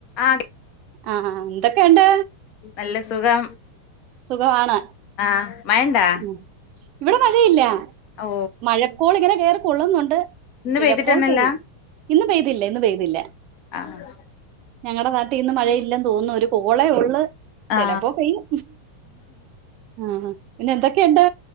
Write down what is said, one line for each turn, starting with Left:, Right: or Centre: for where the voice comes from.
Left: ആഹ്
Right: ആഹ് ആഹ് എന്തൊക്കെയുണ്ട്
Left: നല്ല സുഖം
Right: സുഖമാണ്
Left: ആ മഴണ്ടാ
Right: മ് ഇവിടെ മഴയില്ല
Left: ഓ
Right: മഴക്കോള് ഇങ്ങനെ കയറി കൊള്ളുന്നുണ്ട്
Left: ഇന്ന്
Right: ചിലപ്പോൾ
Left: പെയ്തിട്ടന്നെല്ല
Right: പെയ്യും ഇന്ന് പെയ്തില്ല ഇന്ന് പെയ്തില്ല
Left: ആഹ്
Right: ഞങ്ങളുടെ നാട്ടിൽ ഇന്ന് മഴയില്ലന്ന് തോന്നുന്നു ഒരു കോളെ ഉള്ള് ചിലപ്പോ
Left: ആ
Right: പെയ്യും ആഹ് പിന്നെ എന്തൊക്കെയുണ്ട്